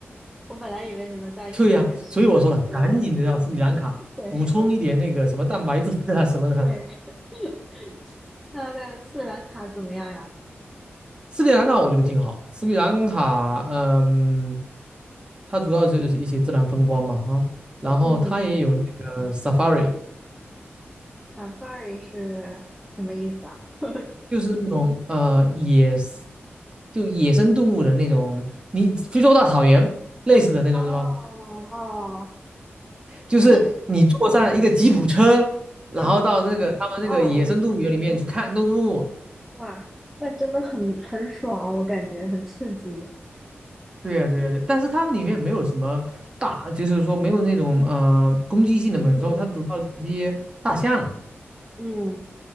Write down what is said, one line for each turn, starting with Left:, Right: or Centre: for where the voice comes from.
Centre: 我本来以为你们在印度会吃很多，
Right: 对呀、所以我说了，赶紧的让斯里兰卡补充一点那个什么蛋白质啊什么的。
Centre: 对对 <laughs>。那在斯里兰卡怎么样呀？
Right: 斯里兰卡我觉得挺好，斯里兰卡嗯，它主要就是一些自然风光嘛哈，然后它也有那个
Centre: 嗯
Right: safari。
Centre: ，safari 是什么意思啊？<laughs>
Right: 就是那种呃野 s- 就野生动物的那种，你非洲大草原类似的那种是吧？
Centre: 哦哦，
Right: 就是你坐上一个吉普车，
Centre: 那你嗯
Right: 然后到那个他们那个野生动物园里面去看动物。
Centre: 嗯，哦，哇，那真的很很爽，我感觉很刺激。
Right: 对呀，对呀，对。但是他们里面没有什么大，就是说没有那种呃攻击性的猛兽，
Centre: 就是，
Right: 它主要是一些大象。
Centre: 嗯，